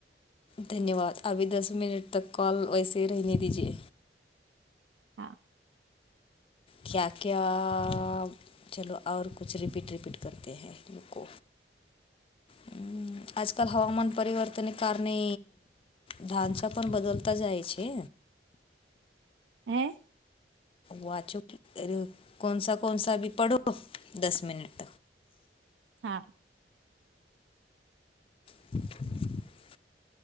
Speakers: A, on the left (about 30°); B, on the right (about 90°).
A: ધન્યવાદ. અભી દસ મિનટ તક કોલ વૈસે હી રેહને દીજએ.
B: હા.
A: ક્યા ક્યા ચલો ઓર કુછ રિપીટ રિપીટ કરતે હૈ રૂકો.
B: <inaudible>
A: હમમ આજકાલ હવામાન પરિવર્તન કારણે ઢાંચા પણ બદલ તા જાય છે.
B: હે
A: વાચો અરે કોનસા કોનસા અભી પઢો દસ મિનટ
B: હા.
A: <inaudible>